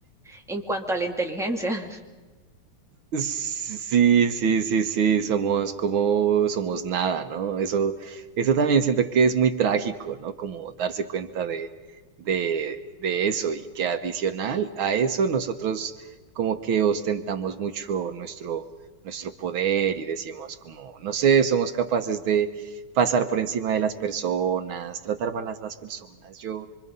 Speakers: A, in the centre; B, on the right.
A: En cuanto a la inteligencia. <laughs>
B: Sí, sí, sí, sí, somos como, somos nada, ¿no? Eso, eso también siento que es muy trágico, ¿no? Como darse cuenta de, de, de eso y que adicional a eso nosotros como que ostentamos mucho nuestro, nuestro poder y decimos como, no sé, somos capaces de pasar por encima de las personas, tratar mal a las personas. Yo,